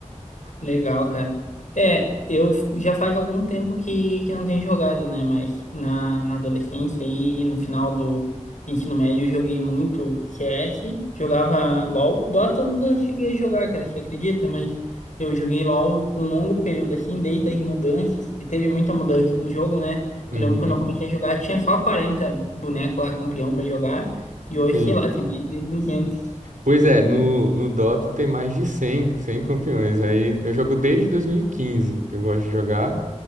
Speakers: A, on the left (about 75°); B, on the right (about 85°).
A: Legal, cara. É, eu f- já faz algum tempo que, que não tenho jogado, né? Mas na, na adolescência e, e no final do ensino médio eu joguei muito CS, jogava LOL. Dota eu nunca cheguei a jogar, cara, você acredita? Mas eu joguei LOL um longo período assim, desde as mudanças, que teve muita mudança no jogo, né?
B: Uhum,
A: Eu lembro quando eu comecei a jogar, tinha só 40 bonecos lá, campeão pra jogar, e hoje,
B: sim.
A: sei lá, tem mais de 200.
B: Pois é, no, no Dota tem mais de cem, cem campeões. Aí eu jogo desde 2015, que eu gosto de jogar.